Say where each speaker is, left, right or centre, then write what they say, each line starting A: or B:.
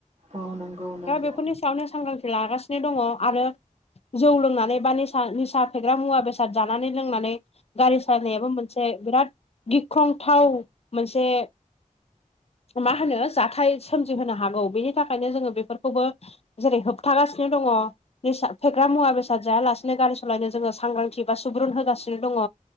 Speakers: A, on the right (about 55°); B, on the left (about 50°).
A: औ नंगौ नंगौ
B: दा बेफोरनि सायावनो सांग्रांथि लागासिनो दङ आरो जौ लोंनानै बा निसा निसा फेग्रा मुवा बेसाद जानानै लोंनानै गारि सालायनायाबो मोनसे बिराद गिख्रंथाव मोनसे मा होनो जाथाय सोमजिहोनो हागौ बेनि थाखायनो जोङो बेफोरखौबो जेरै होबथागासिनो दङ निसा फेग्रा मुवा बेसाद जायालासिनो गारि सालायनो जोङो सांग्रांथि बा सुबुरुन होगासिनो दङ